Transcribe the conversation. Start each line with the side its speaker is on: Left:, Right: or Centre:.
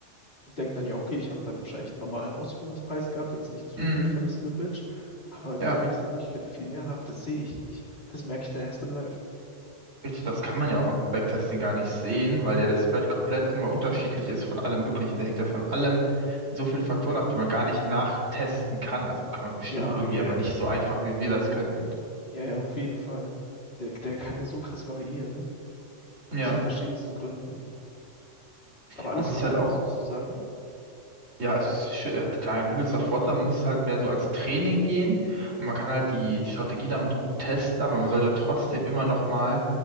Left: Und denke dann, ja, okay, ich habe dann wahrscheinlich einen normalen Ausführungspreis gehabt, jetzt nicht zu
Right: Mhm.
Left: wild von der Slippage. Aber wenn
Right: Ja.
Left: ich in Wirklichkeit viel mehr habe, das sehe ich nicht. Das merke ich dann erst im Live.
Right: Richtig, das kann man ja auch im Backtesting gar nicht sehen, weil ja der Spread komplett immer unterschiedlich ist von allem Möglichen. Der hängt ja von allem mit so vielen Faktoren ab, die man gar nicht nachtesten kann. Also kann man bestimmt
Left: Ja,
Right: irgendwie,
Left: ja,
Right: aber
Left: ja.
Right: nicht so einfach, wie wir das könnten.
Left: Ja, ja, auf jeden Fall. Der, der kann ja so krass variieren,
Right: Ja,
Left: aus den verschiedensten Gründen. Aber alles
Right: aber es
Left: in
Right: ist
Left: allem,
Right: halt auch,
Left: was würdest du sagen?
Right: ja, es ist schö- äh, total ein übelster Vorteil. Man muss halt mehr so als Training gehen und man kann halt die, die Strategie damit gut testen, aber man sollte trotzdem immer noch mal